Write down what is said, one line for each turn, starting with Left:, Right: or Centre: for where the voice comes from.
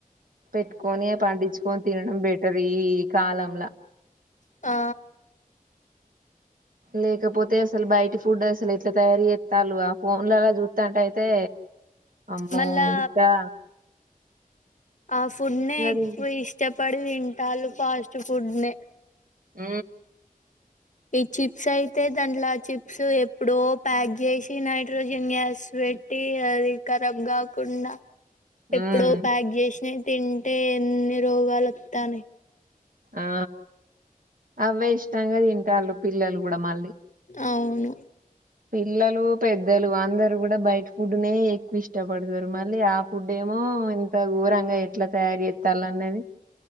Right: పెట్టుకొని పండించుకొని తినడం బెటర్ ఈ కాలంలా
Left: ఆ
Right: లేకపోతే అసలు బయటి ఫుడ్ అసలు ఎట్లా తయారు చేత్తలు ఆ ఫో ఫోన్న్లలా చూత్తటయితే అమ్మో
Left: మళ్ళా
Right: ఇంకా
Left: ఆ ఫుడ్ నే ఎక్కువ
Right: తింట
Left: ఇష్టపడి తింటాళ్లు ఫాస్ట్ ఫుడ్ నే
Right: ఊ
Left: ఈ చిప్స్ అయితే దాండ్లా చిప్ సో ఎప్పుడో ప్యాక్ చేసి నైట్రోజన్ గ్యాస్ పెట్టి అది ఖరాబ్ కాకుండా
Right: ఉమ్
Left: ఎప్పుడో ప్యాక్ చేసినవి తింటే ఎన్ని రోగాలు వతనయ్
Right: ఆ అవే ఇష్టంగా తింటలు పిల్లలు కూడా మళ్ళీ
Left: అవును
Right: పిల్లలు పెద్దలు అందరు కూడా బయట ఫుడ్నే ఎక్కువ ఇష్టపడతారు మళ్ళీ ఆ ఫుడ్ డేమో ఇంత ఘోరంగా ఎట్ల తయారు చేతలన్నది